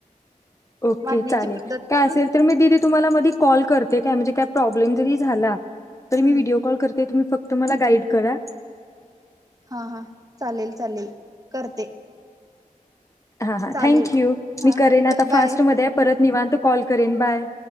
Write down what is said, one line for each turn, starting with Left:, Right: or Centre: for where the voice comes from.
Left: ओके.
Right: वाढण्याची
Left: चालेल.
Right: पद्धत
Left: काय असेल
Right: पण
Left: तर मी तुम्हाला म कॉल करते काय म्हणजे का प्रॉब्लेम जरी झाला म
Right: हम्म
Left: व्हिडिओ- - कॉल करते तुम्ही फक्त मला गाईड करा.
Right: हा, हा. चालेल, चालेल. करते.
Left: हा, हा.
Right: चालेल.
Left: Thank you.
Right: हा
Left: मी करेन
Right: चल
Left: आता
Right: बाय
Left: फास्टमध्ये -- परत निवांत कॉल करेन बाय.